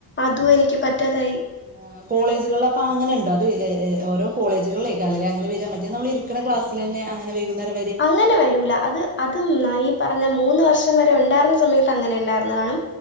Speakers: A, on the left (about 25°); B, on the right (about 20°).
A: അതും എനിക്ക് പറ്റാതായി
B: ആ കോളേജുകളിൽ അപ്പൊ അങ്ങനെ ഉണ്ടോ അത് എ എ ഓരോ കോളേജുകളിലേക്കാരം ല്ലേ അങ്ങനെ വരാ മറ്റേദ് നമ്മള് നിക്കണ ക്ലാസിലന്നെ അങ്ങെനെ വരുന്നത്
A: അങ്ങനെ വരൂല അത് അതും നാനീ പറഞ്ഞ മൂന്ന് വർഷം വരെ ഉണ്ടായിരുന്ന സമയത്ത് അങ്ങനെ ഉണ്ടായിരുന്നു വേണം